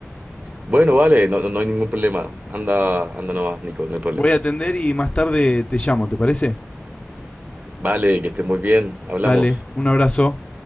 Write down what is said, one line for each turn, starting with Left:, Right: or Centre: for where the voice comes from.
Right: Bueno, vale, no, no no hay ningún problema. Anda, anda nomás, Nico, no hay problema.
Left: Voy a atender y más tarde te llamo, ¿te parece?
Right: Vale, que estés muy bien, hablamos.
Left: Dale, un abrazo.